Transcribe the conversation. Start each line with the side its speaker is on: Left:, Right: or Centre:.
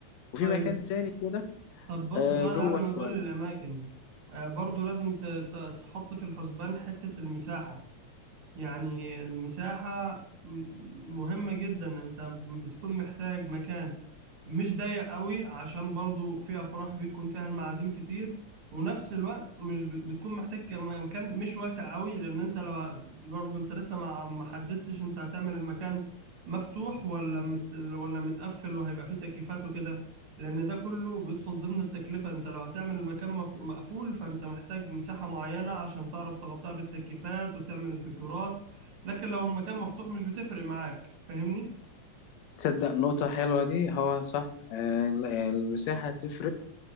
Left: وفي
Right: طيب
Left: مكان تاني كده
Right: طب بص
Left: آه،
Right: ثانية
Left: جوه
Right: قبل ما
Left: شوية
Right: تقول لي الأماكن آه، برضو لازم ت- ت- تحط في الحسبان حتة المساحة يعني المساحة م- مهمة جدا أنت بتكون محتاج مكان مش ضيق قوي عشان برضو فيها افراح بيكون فيها المعازيم كتير ونفس الوقت مش ب- بتكون محتاج كم- مكان مش واسع قوي لان انت لو ه- برضو انت لسه ما ما حددتش انت هتعمل المكان مفتوح ولا مت ولا متقفل وهيبقى فيه تكييفات وكده لان ده كله بيدخل ضمن التكلفة انت لو هتعمل المكان مف- مقفول فانت محتاج مساحة معينة عشان تعرف تغطيها بالتكييفات وتعمل الديكورات لكن لو المكان مفتوح مش بتفرق معاك فاهمني
Left: تصدق نقطة حلوة دي هو صح آه، ال- المساحة تفرق